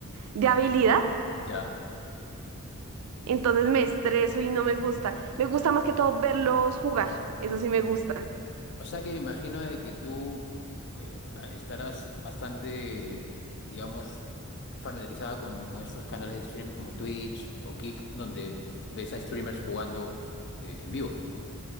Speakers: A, on the right; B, on the left.
A: de habilidad.
B: Ya.
A: Entonces me estreso y no me gusta. Me gusta más que todo verlos jugar. Eso sí me gusta.
B: O sea que me imagino de que tú eh, estarás bastante, digamos, familiarizada con, con estos canales de stream como Twitch o Kick, donde ves a streamers jugando eh, en vivo.